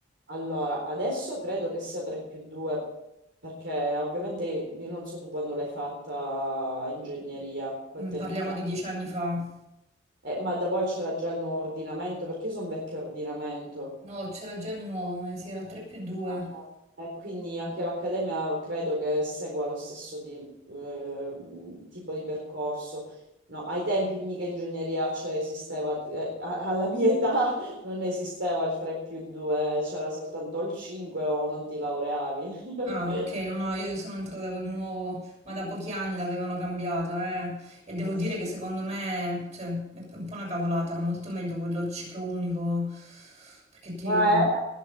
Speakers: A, on the right; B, on the right.
A: Allora, adesso credo che sia 3 più 2, perché ovviamente io non so tu quando l'hai fatta ingegneria, quanti
B: Mm, Parliamo
A: anni fa.
B: di 10 anni fa.
A: Eh, ma da voi c'era già il nuovo ordinamento, perché io sono vecchio ordinamento.
B: No, c'era già il nuovo, ma sì, era 3 più 2.
A: Ah, eh. E quindi anche l'Accademia credo che segua lo stesso ti- eh, tipo di percorso. No, ai tempi mica ingegneria, cioè esisteva, eh, a- alla mia età <laughs> non esisteva il 3 più 2, c'era soltanto il 5 o non ti laureavi.
B: Ah, ok, no,
A: <laughs>
B: no, io sono entrata col nuovo, ma da pochi anni l'avevano cambiata, eh. E devo
A: Eh
B: dire
A: sì.
B: che secondo me, cioè, è un po' una cavolata, era molto meglio quello ciclo unico, perché ti...
A: Ma, eh, eh,